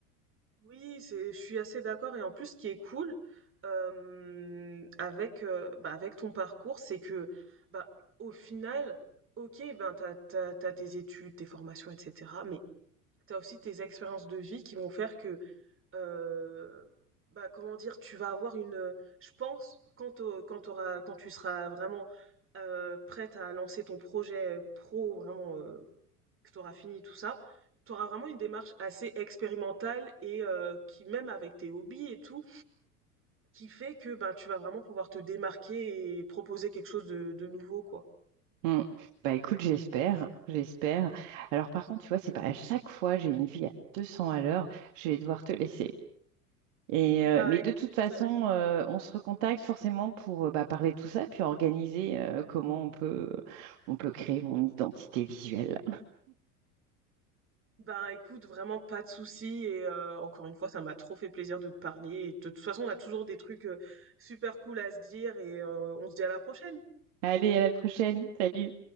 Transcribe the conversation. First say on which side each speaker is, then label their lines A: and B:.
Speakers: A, on the right (about 30°); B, on the right (about 55°).
A: Oui, c'est je suis assez d'accord et en plus ce qui est cool euh, avec euh, bah avec ton parcours, c'est que bah au final OK, ben t'as, t'as, t'as tes études, tes formations, etc. Mais T'as aussi tes expériences de vie qui vont faire que, euh, bah, comment dire, tu vas avoir une, euh, je pense, quand t'au- quand t'auras- quand tu seras vraiment euh, prête à lancer ton projet pro, vraiment, euh, que t'auras fini tout ça, t'auras vraiment une démarche assez expérimentale et euh, qui, même avec tes hobbies et tout, qui fait que, ben tu vas vraiment pouvoir te démarquer et proposer quelque chose de, de nouveau, quoi.
B: Mm. Bah écoute, j'espère, j'espère. Alors par contre, tu vois, c'est pas à chaque fois, j'ai une vie à 200 à l'heure, je vais devoir te laisser. Et,
A: Bah,
B: euh, mais de
A: écoute,
B: toute façon, euh, on se recontacte forcément pour euh, bah, parler de tout ça, puis organiser euh, comment on peut, on peut créer mon identité visuelle.
A: Ben écoute, vraiment pas de souci et euh, encore une fois, ça m'a trop fait plaisir de te parler. Et de toute façon, on a toujours des trucs euh, super cool à se dire et euh, on se dit à la prochaine.
B: Allez, à la prochaine. Salut.